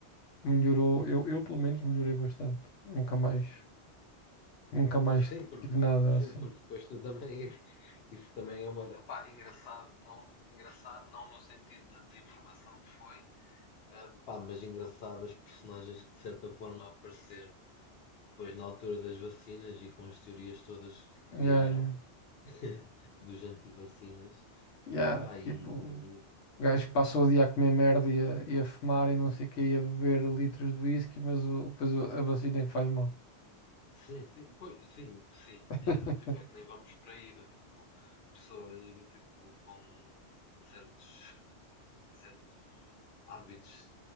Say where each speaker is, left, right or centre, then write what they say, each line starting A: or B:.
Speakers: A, on the left; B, on the left.
A: melhorou. Eu, eu pelo menos melhorei bastante. Nunca mais, nunca mais
B: Sim, porque,
A: tive nada
B: sim,
A: assim.
B: porque depois tu também. <laughs> Isso também é uma. Opá, engraçado, não, engraçado, não no sentido de desinformação que foi, Pá, mas engraçado as personagens que de certa forma apareceram depois na altura das vacinas e com as teorias todas que criaram
A: Yeah, yeah.
B: <laughs> dos antivacinas.
A: Yeah,
B: Epá, e
A: tipo, gajo que passou o dia a comer merda e a, e a fumar e não sei o que, e a beber litros de whisky, mas o, depois o- a vacina é que faz mal.
B: sim, sim, pois, sim, sim,
A: <laughs>
B: é do tipo, é que nem vamos para aí, do tipo, pessoas do tipo com certos, certos hábitos